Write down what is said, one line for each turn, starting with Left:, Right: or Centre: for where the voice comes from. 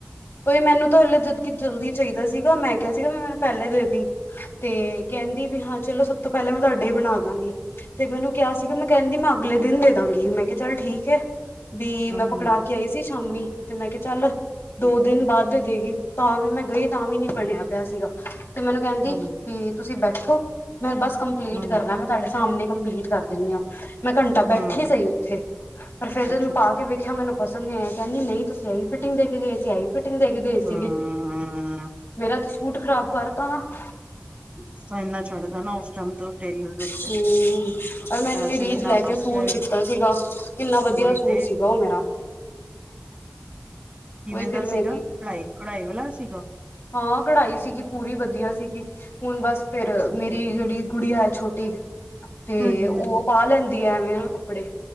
Left: ਕੋਈ ਮੈਨੂੰ ਤਾ ਹਲੇ ਜਦਕੀ ਜਲਦੀ ਚਾਈਦਾ ਸੀਗਾ, ਮੈਂ ਕੇਆ ਸੀਗਾ ਮੈਂ ਮੈਨੂੰ ਪੈਲਾਂ ਦੇਦੀ ਤੇ ਕੈਂਂਦੀ ਵੀ ਹਾਂ ਚਲੋ ਸਭ ਤੋਂ ਪੈਲੈ ਮੈਂ ਤੋਅਡੇ ਈ ਬਣਾ ਦਾਂਗੀ। ਤੇ ਮੈਨੂੰ ਕੇਆ ਸੀਗਾ ਮੈਂ ਕੈਂਦੀ ਮੈਂ ਅਗਲੇ ਦਿਨ ਦੇ ਦਾਂਗੀ, ਮੈਂ ਕੇਆ ਚੱਲ ਠੀਕ ਏ। ਵੀ ਮੈਂ
Right: ਹਮ
Left: ਪਕੜਾ ਕੇ ਆਈ ਸੀ ਸ਼ਾਮੀ, ਤੇ ਮੈਂ ਕੇਆ ਚੱਲ ਦੋ
Right: ਹਮ
Left: ਦਿਨ ਬਾਦ ਦੇ ਦੇਗੀ। ਤਾਂ ਵੀ ਮੈਂ ਗਈ ਤਾਂ ਵੀ ਨੀ ਬਣੇਆ ਪੇਆ ਸੀਗਾ, ਤੇ ਮੈਨੂੰ ਕੈਂਦੀ
Right: ਹਮ
Left: ਹੂੰ। ਤੁਸੀ ਬੈਠੋ ਮੈਂ ਬਾੱਸ ਕੰਪਲੀਟ
Right: ਹਮ
Left: ਕਰਨਾ ਮੈਂ ਤਾਡੇ ਸਾਮਣੇ ਕੰਪਲੀਟ ਕਰ ਦੇਨੀ ਆਂ। ਮੈਂ ਘੰਟਾ ਬੈਠੀ
Right: ਹਮ
Left: ਸਈ ਉੱਥੇ, ਪਰ ਫੇਰ ਜਦ
Right: ਅੱਛਾ
Left: ਮੈਂ ਪਾਕੇ
Right: ਅੱਛਾ
Left: ਵੇ ਦੇਖਆ ਮੈਨੂੰ ਪਸੰਦ ਨਈ ਆਏਆ, ਕੈਂਦੀ ਨਈ ਤੁਸੀ ਐਈ ਫਿਟਿੰਗ ਦੇ ਕੇ ਗਏ ਸੀ, ਐਈ ਫਿਟਿੰਗ ਦੇ ਕੇ ਗਏ
Right: ਹਮ
Left: ਸੀਗੇ। ਮੇਰਾ ਤੇ ਸੂਟ ਖ਼ਰਾਬ ਕਰਤਾ ਨਾ। <unintelligible>
Right: ਹਿੱਸਾ ਇੰਨਾ ਚੜ੍ਹਦਾ ਨਾ ਉਸ ਟਾਈਮ ਤੋਂ ਟੇਲਰ ਦੇ ਉੱਤੇ
Left: ਹੂੰ, ਓਰ ਮੈ
Right: ਪੈਸੇ
Left: ਏਨੀ
Right: ਵੀ ਨਾਸ
Left: ਲੈਕੇ ਸੂਟ
Right: ਗਏ
Left: <unintelligible> ਸੀਗਾ ਕਿੰਨਾ ਵਦੀਆ
Right: ਉਹੀ
Left: ਸੂਟ
Right: ਤੇ
Left: ਸੀਗਾ ਓ ਮੇਰਾ
Right: ਕਿਵੇਂ
Left: ਉਹੀ ਫਿਰ
Right: ਦਾ ਸੀਗਾ,
Left: ਮੇਰੀ
Right: ਕਢਾਈ-ਕਢਾਈ ਵਾਲਾ ਸੀਗਾ।
Left: ਹਾਂ, ਕਢਾਈ ਸੀਗੀ ਪੂਰੀ ਵਦੀਆ ਸੀਗੀ। ਹੁਨ ਬਾੱਸ ਫੇਰ
Right: ਅੱਛਾ ਅੱਛਾ
Left: ਮੇਰੀ ਜੇੜੀ ਗੁੜੀਆ ਐ ਛੋਟੀ, ਤੇ
Right: ਹਾਂਜੀ
Left: ਓ
Right: ਹਾਂਜੀ
Left: ਪਾਲੈਂ <unintelligible> ਕਪੜੇ,